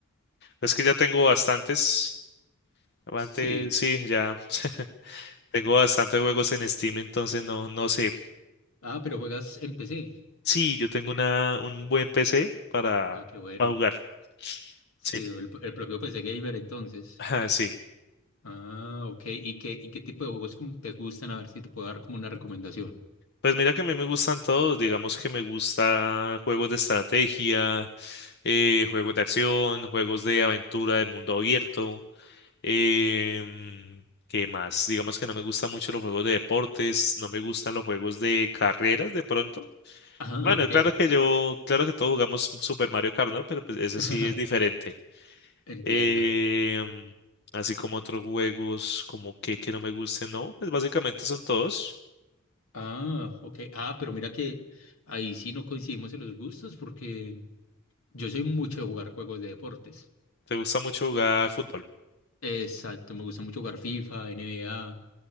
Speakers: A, on the left; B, on the left.
A: es que ya tengo bastantes, antes
B: sí.
A: sí, ya <laughs> tengo bastantes juegos en Steam, entonces no, no sé,
B: Ah, pero juegas en PC.
A: sí, yo tengo una, un buen PC para,
B: Ah, qué bueno.
A: para jugar,
B: Sí,
A: sí,
B: el, el propio PC Gamer entonces.
A: <laughs> ah sí,
B: Ah, ok. ¿Y qué, y qué tipo de juegos como te gustan? A ver si te puedo dar como una recomendación.
A: pues mira que a mí me gustan todos, digamos que me gusta juegos de estrategia, eh, juegos de acción, juegos de aventura de mundo abierto. em, ¿qué más? Digamos que no me gustan mucho los juegos de deportes, no me gustan los juegos de carreras de pronto.
B: Ah,
A: Bueno,
B: ok.
A: claro que yo, claro que todos jugamos Super Mario Kart, ¿no? Pero pues ese
B: <laughs>
A: sí es diferente.
B: Entiendo.
A: Em, así como otros juegos como que, que no me gusten, ¿no? Pues básicamente son todos.
B: Ah, ok. Ah, pero mira que ahí sí no coincidimos en los gustos porque yo soy mucho de jugar juegos de deportes.
A: ¿Te gusta mucho jugar fútbol?
B: Exacto, me gusta mucho jugar FIFA, NBA,